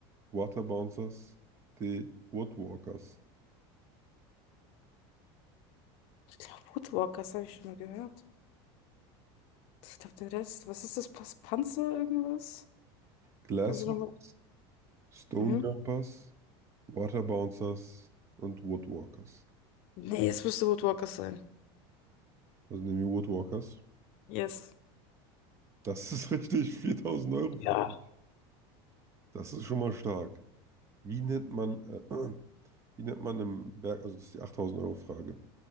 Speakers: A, on the right; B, on the left.
A: Water Bouncers, die Woodwalkers,
B: Ich glaube, Woodwalkers habe ich schon mal gehört. Ich glaube, den Rest. Was ist das? Pas- Panzer irgendwas?
A: Glasshoppers,
B: Kannst du nochmal.
A: Stonejumpers,
B: Mhm.
A: Jumpers, Water Bouncers und Woodwalkers.
B: Nee, es müsste Woodwalkers sein.
A: Also nehmen wir Woodwalkers.
B: Yes.
A: Das ist <laughs> richtig, 4000 Euro für
B: Ja.
A: dich. Das ist schon mal stark. Wie nennt man, äh, <clears throat> äh, wie nennt man im Berg, also das ist die 8000 Euro Frage.